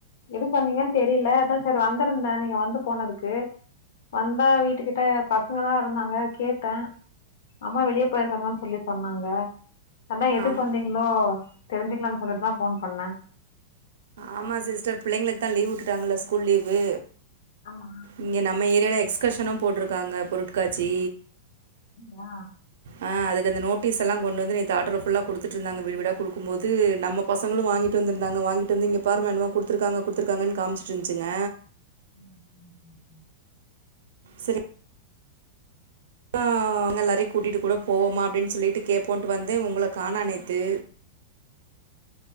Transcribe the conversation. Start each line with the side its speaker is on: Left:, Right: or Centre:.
Left: எதுக்கு வந்தீங்கன் தெரில அதா செரி வந்திருந்தே நீங்க வந்து போனதுக்கு வந்தா வீட்டுக்கிட்ட பசங்கதா இருந்தாங்க கேட்டே அம்மா வெளிய போய்ருக்காங்கன் சொல்லி சொன்னாங்க அதா எதுக்கு
Right: ஆம்
Left: வந்தீங்ளோ தெரிஞ்சுக்கலான் சொல்லிட்டுதா ஃபோன் பண்ணே
Right: ஆமா சிஸ்டர் பிள்ளைங்களுக்குதா லீவ் உட்டுட்டாங்கள ஸ்கூல் லீவு
Left: ஆமா
Right: இங்க நம்ம ஏரியால எக்ஸ்கர்ஷனு போட்ருக்காங்க பொருட்காட்சி
Left: ஆ
Right: ஆ அதுக் அந்த நோட்டீஸ் எல்லா கொண்டு வந்து நேத்து ஆட்டோல ஃபுல்லா குடுத்துட்டு இருந்தாங்க வீடு வீடா குடுக்கும் போது நம்ம பசங்களு வாங்கிட்டு வந்திருந்தாங்க வாங்கிட்டு வந்து இங்க பாருமா என்னமோ குடுத்துருக்காங்க குடுத்திருக்காங்கன் காம்ச்சிட்டு இருந்திச்சிங்க
Left: ம் ம் ம் ம்
Right: செரி அ உங்க எல்லாரையு கூட்டிட்டு கூட போவோமா அப்டின் சொல்லிட்டு கேப்போன்ட்டு வந்தே உங்கள காணோ நேத்து